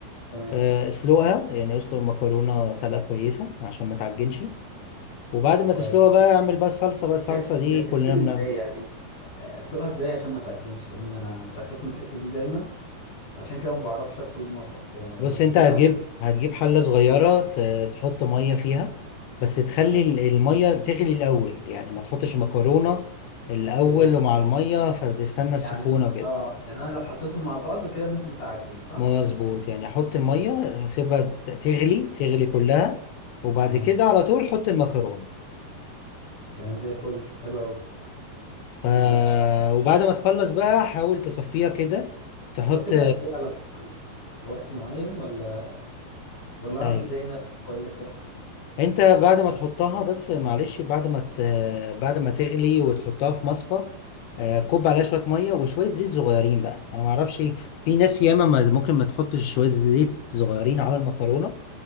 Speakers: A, on the left; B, on the left.
A: تمام
B: آه، اسلقها يعني اسلق المكرونة سلقة كويسة عشان ما تعجنش وبعد ما
A: كويس
B: تسلقها بقى اعمل بقى الصلصة بقى الصلصة
A: هي
B: دي
A: هي بتتسلق
B: كلنا
A: ازاي
B: بنعمل
A: يعني اسلقها ازاي عشان ما تعجنش لان انا بخاف من الحته دي دايما عشان كده ما بعرفش ادخل المطبخ فلو
B: بص
A: تديني
B: انت هتجيب
A: نص-
B: هتجيب حلة صغيرة ت- تحط مية فيها بس
A: <laughs>
B: تخلي
A: اوكي
B: ال- المية تغلي الأول يعني ما تحطش المكرونة الأول
A: اوكي
B: ومع المية فتستنى السخونة
A: يعني
B: وكده
A: اه يعني انا لو حطيتهم مع بعض كده ممكن تعجن صح
B: مظبوط يعني احط الميه اسيبها ت- تغلي تغلي كلها وبعد
A: تمام
B: كده على طول حط المكرونه
A: تمام زي الفل حلو قوي
B: ف...
A: ماشي
B: وبعد ما تخلص بقى حاول تصفيها كده تحط
A: طب اسيبها قد ايه على النار يعني؟ وقت معين ولا ولا اعرف
B: ايوه
A: ازاي انها تكون كويسه
B: انت بعد ما تحطها بس معلش بعد ما ت... بعد ما تغلي وتحطها في مصفى آه، كب عليها شويه ميه وشويه زيت صغيرين بقى انا ما اعرفش في ناس ياما ما- ممكن ما تحطش شويه زيت صغيرين على المكرونه